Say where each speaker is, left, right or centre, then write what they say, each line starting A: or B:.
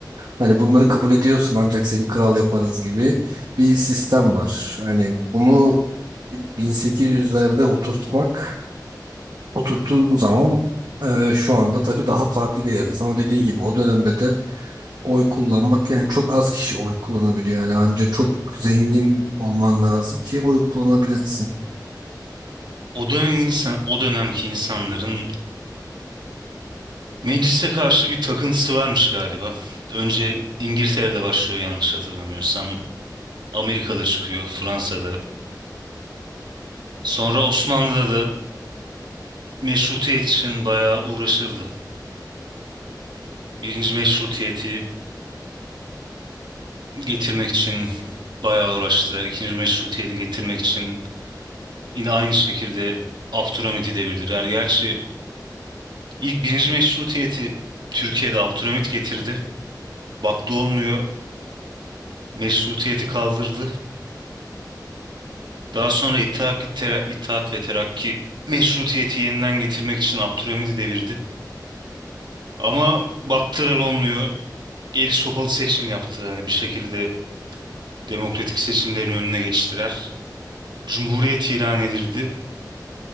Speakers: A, on the right (about 70°); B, on the right (about 85°).
A: Hani bunları kabul ediyorsun ancak seni kral yaparız gibi bir sistem var. Hani bunu 1800'lerde oturtmak oturttuğun zaman e, şu anda tabii daha farklı bir yerdesin. Ama dediğin gibi o dönemde de oy kullanmak yani çok az kişi oy kullanabiliyor. Yani ancak çok zengin olman lazım ki oy kullanabilesin.
B: O dönem insan, o dönemki insanların meclise karşı bir takıntısı varmış galiba. Önce İngiltere'de başlıyor yanlış hatırlamıyorsam. Amerika'da çıkıyor, Fransa'da. Sonra Osmanlı'da da meşrutiyet için bayağı uğraşırdı. Birinci meşrutiyeti getirmek için bayağı uğraştılar. İkinci Meşrutiyet'i getirmek için yine aynı şekilde Abdülhamit'i devirdiler. Gerçi ilk birinci Meşrutiyet'i Türkiye'de Abdülhamit getirdi. Baktı olmuyor. Meşrutiyet'i kaldırdı. Daha sonra İttihat, İttera- İttihat ve Terakki Meşrutiyet'i yeniden getirmek için Abdülhamit'i devirdi. Ama baktılar olmuyor. Eli sopalı seçim yaptılar. Yani bir şekilde demokratik seçimlerin önüne geçtiler. Cumhuriyet ilan edildi.